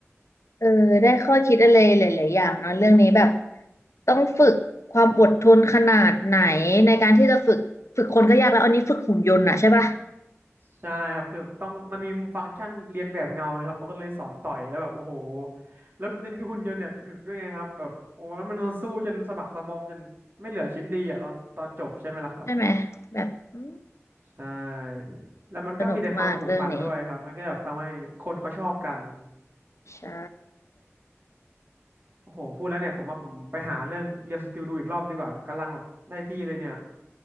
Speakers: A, on the left; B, on the right.
A: เออได้ข้อคิดอะไรหลายๆอย่างเนอะเรื่องนี้แบบต้องฝึกความอดทนขนาดไหนในการที่จะฝึกฝึกคนก็ยากแล้วอันนี้ฝึกหุ่นยนต์อ่ะใช่ป่ะ
B: ใช่ครับคือต้องมันมีฟังก์ชันเรียนแบบเงานะครับเขาก็เลยสอนต่อยแล้วแบบโอ้โหแล้วประเด็นคือหุ่นยนต์เนี่ยถึกด้วยไงครับแบบโอ้โหมันมันสู้จนสะบักสะบอมจนไม่เหลือชิ้นดีอ่ะตอนตอนจบใช่ไหมล่ะครับ
A: ใช่ไหมแบบอืม
B: ใช่ แล้วมันก็มีแต่ความผูกพันด้วยครับ
A: สนุกมากเรื่องนี้
B: มันก็แบบทำให้คนเขาชอบกัน
A: ใช่
B: โอ้โหพูดแล้วเนี่ยผมว่าผมไปหาเรื่องเรียลสติลดูอีกรอบดีกว่ากำลังแบบได้ที่เลยเนี่ย